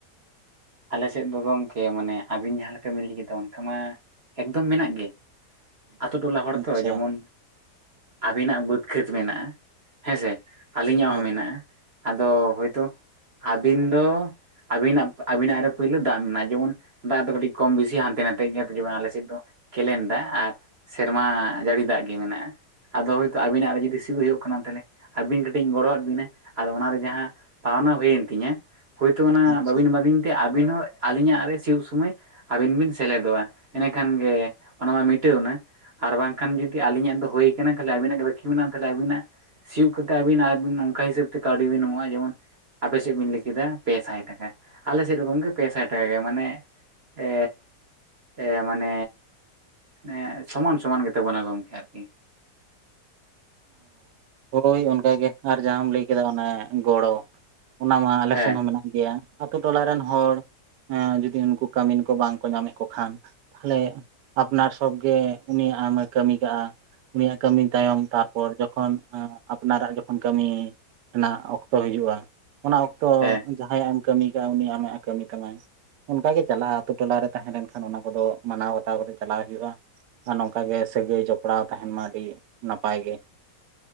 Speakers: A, on the right; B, on the right.
A: ᱟᱞᱮ ᱥᱮᱫ ᱫᱚ ᱜᱚᱢᱠᱮ ᱢᱟᱱᱮ ᱟᱹᱵᱤᱱ ᱡᱟᱦᱟᱸ ᱞᱮᱠᱟ ᱵᱤᱱ ᱞᱟᱹᱭ ᱠᱮᱫᱟ ᱚᱱᱠᱟ ᱢᱟ ᱮᱠᱫᱚᱢ ᱢᱮᱱᱟᱜ ᱜᱮ ᱟᱛᱳ ᱴᱚᱞᱟ ᱦᱚᱲ
B: ᱟᱪᱪᱷᱟ
A: ᱛᱚ ᱡᱮᱢᱚᱱ ᱟᱹᱵᱤᱱᱟᱜ ᱵᱟᱹᱫᱽ ᱠᱷᱮᱛ ᱢᱮᱱᱟᱜᱼᱟ ᱦᱮᱸᱥᱮ ᱟᱹᱞᱤᱧᱟᱜ
B: ᱦᱳᱭ
A: ᱦᱚᱸ ᱢᱮᱱᱟᱜᱼᱟ ᱟᱫᱚ ᱦᱳᱭᱛᱚ ᱟᱹᱵᱤᱱ ᱫᱚ ᱟᱹᱵᱤᱱᱟᱜ ᱟᱹᱵᱤᱱᱟᱜ ᱨᱮ ᱯᱳᱭᱞᱳ ᱫᱟᱜ ᱢᱮᱱᱟᱜᱼᱟ ᱡᱮᱢᱚᱱ ᱫᱟᱜ ᱫᱚ ᱠᱟᱹᱴᱤᱡ ᱠᱚᱢ ᱵᱤᱥᱤ ᱦᱟᱱᱛᱮ ᱱᱟᱛᱮ ᱜᱮᱭᱟ ᱡᱮᱢᱚᱱ ᱟᱞᱮᱥᱮᱫ ᱫᱚ ᱠᱮᱞᱮᱱ ᱫᱟᱜ ᱟᱨ ᱥᱮᱨᱢᱟ ᱡᱟᱹᱲᱤ ᱫᱟᱜ ᱜᱮ ᱢᱮᱱᱟᱜᱼᱟ ᱾ ᱟᱫᱚ ᱦᱳᱭᱛᱳ ᱟᱵᱤᱱᱟᱜ ᱨᱮ ᱡᱩᱫᱤ ᱥᱤ ᱦᱳᱭᱳᱜ ᱠᱟᱱᱟ ᱛᱟᱦᱞᱮ ᱟᱹᱵᱤᱱ ᱠᱟᱹᱴᱤᱡ ᱤᱧ ᱜᱚᱲᱚᱣᱟᱫ ᱵᱤᱱᱟᱹ, ᱟᱫᱚ ᱚᱱᱟᱨᱮ ᱡᱟᱦᱟᱸ ᱯᱟᱣᱱᱟ ᱦᱩᱭᱮᱱ ᱛᱤᱧᱟᱹ ᱦᱳᱭᱛᱳ ᱚᱱᱟ
B: ᱟᱪᱪᱷᱟ
A: ᱵᱟᱹᱵᱤᱱ ᱮᱢᱟᱫᱤᱧ ᱛᱮ, ᱟᱹᱵᱤᱱ ᱦᱚᱸ ᱟᱹᱞᱤᱧᱟᱜ ᱨᱮ ᱥᱤᱭᱩᱜ ᱥᱚᱢᱚᱭ ᱟᱹᱵᱤᱱ ᱵᱤᱱ ᱥᱮᱞᱮᱫᱚᱜᱼᱟ, ᱮᱱᱮ ᱠᱷᱟᱱ ᱜᱮ ᱚᱱᱟ ᱢᱟ ᱢᱤᱴᱟᱹᱣᱮᱱᱟ ᱾ ᱟᱨ ᱵᱟᱝᱠᱷᱟᱱ ᱡᱩᱫᱤ ᱟᱹᱞᱤᱧᱟᱜ ᱫᱚ ᱦᱳᱭ ᱠᱟᱱᱟ, ᱠᱷᱟᱹᱞᱤ ᱟᱹᱵᱤᱱᱟᱜ ᱜᱮ ᱵᱟᱹᱠᱤ ᱢᱮᱱᱟᱜᱼᱟ ᱛᱟᱦᱞᱮ ᱟᱹᱵᱤᱱᱟᱜ ᱥᱤᱭᱩᱜ ᱠᱟᱛᱮ ᱟᱹᱵᱤᱱ ᱱᱚᱝᱠᱟ ᱦᱤᱥᱟᱹᱵᱽ ᱛᱮ ᱠᱟᱹᱣᱰᱤ ᱵᱤᱱ ᱮᱢᱚᱜᱼᱟ ᱡᱮᱢᱚᱱ ᱟᱯᱮ ᱥᱮᱫ ᱵᱤᱱ ᱞᱟᱹᱭ ᱠᱮᱫᱟ ᱯᱮ ᱥᱟᱭ ᱴᱟᱠᱟ᱾ ᱟᱞᱮ ᱥᱮᱫ ᱦᱚᱸ ᱜᱚᱢᱠᱮ ᱯᱮ ᱥᱟᱭ ᱴᱟᱠᱟ ᱜᱮ, ᱢᱟᱱᱮ ᱮ ᱮ ᱢᱟᱱᱮ ᱮᱸ ᱥᱚᱢᱟᱱ ᱥᱚᱢᱟᱱ ᱜᱮ ᱛᱟᱵᱚᱱᱟ ᱜᱚᱝᱠᱮ ᱟᱨᱠᱤ ᱾
B: ᱚ ᱦᱳᱭ ᱚᱱᱠᱟ ᱜᱮ ᱟᱨ ᱡᱟᱦᱟᱸᱢ ᱞᱟᱹᱭ ᱠᱮᱫᱟ ᱚᱱᱮ ᱜᱚᱲᱚ ᱚᱱᱟ ᱢᱟ ᱟᱞᱮ
A: ᱦᱮᱸ
B: ᱥᱮᱱ ᱦᱚᱸ ᱢᱮᱱᱟᱜ᱾ ᱜᱮᱭᱟ ᱟᱛᱳ ᱴᱚᱞᱟ ᱨᱮᱱ ᱦᱚᱲ ᱮᱸ ᱡᱩᱫᱤ ᱩᱱᱠᱩ ᱠᱟᱹᱢᱤᱱ ᱠᱚ ᱵᱟᱝ ᱠᱚ ᱧᱟᱢᱮᱫ ᱠᱚ ᱠᱷᱟᱱ ᱛᱟᱦᱞᱮ ᱟᱯᱱᱟᱨ ᱥᱚᱵ ᱜᱮ ᱩᱱᱤᱭᱟᱜ ᱮᱢ ᱠᱟᱹᱢᱤ ᱠᱟᱜᱼᱟ, ᱩᱱᱤᱭᱟᱜ ᱠᱟᱹᱢᱤ ᱛᱟᱭᱚᱢ ᱛᱟᱨ ᱯᱚᱨ ᱡᱚᱠᱷᱚᱱ ᱟᱯᱱᱟᱨᱟᱜ ᱡᱚᱠᱷᱚᱱ ᱠᱟᱹᱢᱤ ᱨᱮᱱᱟᱜ ᱚᱠᱛᱚ ᱦᱤᱡᱩᱜᱼᱟ᱾ ᱚᱱᱟ ᱚᱠᱛᱚ
A: ᱦᱮᱸ
B: ᱡᱟᱦᱟᱸᱭᱟᱜ ᱮᱢ ᱠᱟᱹᱢᱤ ᱠᱟᱜᱼᱟ, ᱩᱱᱤ ᱟᱢᱟᱜ ᱮ ᱠᱟᱹᱢᱤ ᱛᱟᱢᱟᱭ ᱾ ᱚᱱᱠᱟ ᱜᱮ ᱪᱟᱞᱟᱜᱼᱟ ᱟᱛᱳ ᱴᱚᱞᱟᱨᱮ ᱛᱟᱦᱮᱸ ᱞᱮᱱᱠᱷᱟᱱ ᱚᱱᱟ ᱠᱚᱫᱚ ᱢᱟᱱᱟᱣ ᱵᱟᱛᱟᱣ ᱠᱟᱛᱮᱫ ᱪᱟᱞᱟᱣ ᱦᱳᱭᱳᱜᱼᱟ ᱾ ᱟᱨ ᱱᱚᱝᱠᱟ ᱜᱮ ᱥᱟᱹᱜᱟᱹᱭ ᱡᱚᱯᱚᱲᱟᱣ ᱛᱟᱦᱮᱸᱱ ᱢᱟ ᱟᱹᱰᱤ ᱱᱟᱯᱟᱭ ᱜᱮ ᱾